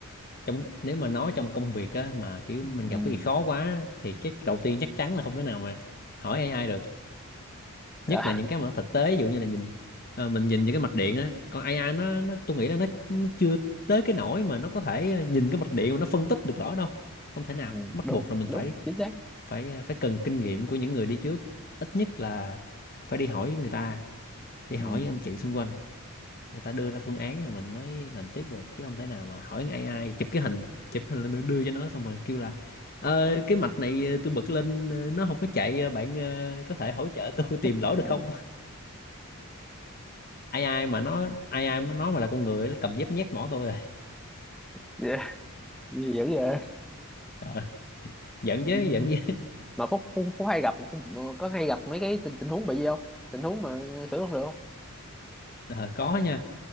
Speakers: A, on the left (about 40°); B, in the centre.
A: trong nếu mà nói trong công việc á mà kiểu
B: <laughs>
A: mình
B: ừ,
A: gặp cái gì khó quá thì cái đầu tiên chắc chắn là không thể nào mà hỏi AI được
B: dạ.
A: nhất là những cái mà nó thực tế ví dụ như là nhìn ờ, mình nhìn những cái mạch điện á còn AI nó nó tôi nghĩ là nó nó chưa tới cái nỗi mà nó có thể nhìn cái mạch điện mà nó phân tích được rõ đâu không thể nào
B: Ừ,
A: bắt
B: đúng
A: buộc là mình
B: đúng
A: phải
B: chính xác
A: phải ờ, phải cần kinh nghiệm của những người đi trước ít nhất là phải đi hỏi người ta đi hỏi
B: ừ.
A: những anh chị xung quanh người ta đưa ra phương án rồi mình mới làm tiếp được chứ không thể nào mà hỏi con AI chụp cái hình chụp hình lên đưa cho nó xong rồi kêu là "Ờ, cái mạch này ờ, tôi bật lên ờ, nó không có chạy ờ, bạn ờ, có thể hỗ trợ tôi <laughs> tìm lỗi
B: <laughs>
A: được không ai ai mà nó ai ai mà nó mà là con người nó cầm dép nhét mỏ tôi rồi
B: dạ, dữ vậy
A: <laughs> ờ, giận
B: ừ.
A: chứ giận chứ
B: mà phúc, phúc phúc hay gặp có hay gặp mấy cái tình tình huống bị gì không tình huống mà xử không được không
A: <laughs> ờ, có nha